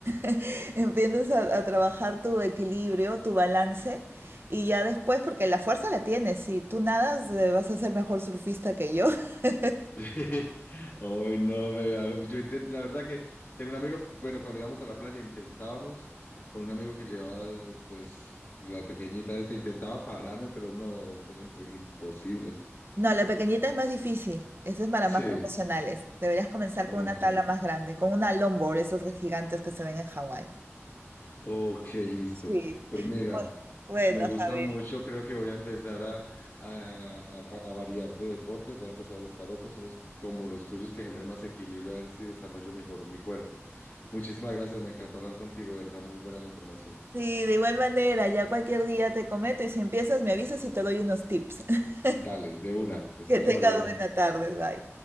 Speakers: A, on the right (about 50°); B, on the left (about 50°).
A: <laughs> empiezas a, a trabajar tu equilibrio, tu balance, Y ya después, porque la fuerza la tienes, si tú nadas eh, vas a ser mejor surfista que yo. <laughs>
B: <laughs> Hoy no, me yo intent- la verdad que tengo un amigo, bueno, cuando íbamos a la playa intentábamos, con un amigo que llevaba, pues, la pequeñita esta, intentaba pararme, pero no, eso era imp- imposible.
A: No, la pequeñita es más difícil, esa es para
B: Sí,
A: más profesionales. Deberías comenzar
B: ok,
A: con una tabla más grande, con una longboard, esas gigantes que se ven en Hawái.
B: ok, listo.
A: Sí.
B: Pues mira,
A: Bu- Bueno,
B: me gusta
A: Javier.
B: mucho, creo que voy a empezar a, a, a ca- a variar de deportes, voy a empezar a buscar otros, unos como los tuyos que generen más equilibrio, a ver si desarrollo mejor mi cuerpo. Muchísimas gracias, me encantó hablar contigo, de verdad, muy buena la información.
A: Sí, de igual manera, ya cualquier día te comento y si empiezas me avisas y te doy unos tips. <laughs>
B: Dale, de una, estamos
A: Que tengas
B: hablando.
A: buena tarde, bye.